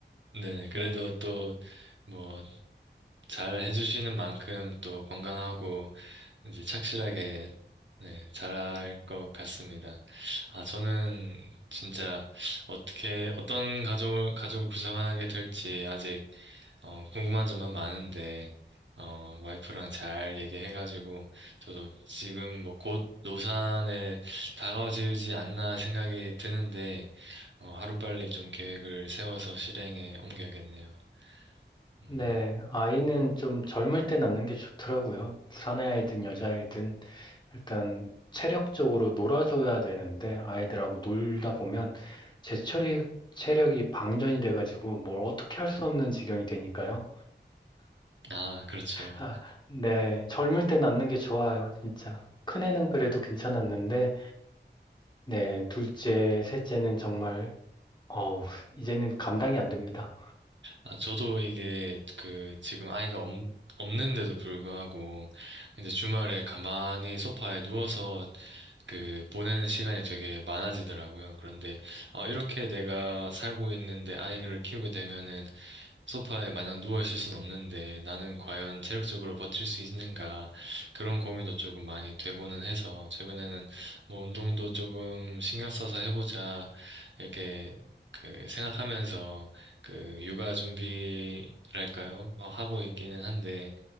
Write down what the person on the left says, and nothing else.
네,
네 아이는 좀 젊을 때 낳는 게 좋더라고요. 사내 아이든 여자아이든 일단 체력적으로 놀아줘야 되는데 아이들하고 놀다 보면 제철이 체력이 방전이 돼가지고 뭘 어떻게 할 수 없는 지경이 되니까요.
아, 네, 젊을 때 낳는 게 좋아요, 진짜. 큰애는 그래도 괜찮았는데. 네, 둘째, 셋째는 정말, 어, 이제는 감당이 안 됩니다.